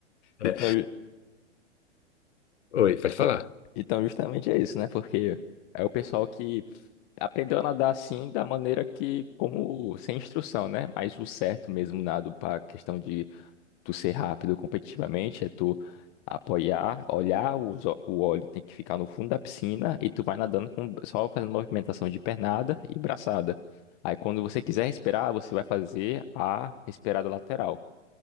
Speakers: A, on the left; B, on the left.
A: é.
B: Yeah. Então,
A: Oi, pode falar.
B: Pô, Então, justamente é isso, né? Porque é o pessoal que aprendeu a nadar assim da maneira que, como sem instrução, né? Mas o certo mesmo nado para questão de tu ser rápido competitivamente é tu apoiar, olhar, os ó- o óleo tem que ficar no fundo da piscina e tu vai nadando com, só fazendo movimentação de pernada e braçada. Aí quando você quiser respirar, você vai fazer a respirada lateral.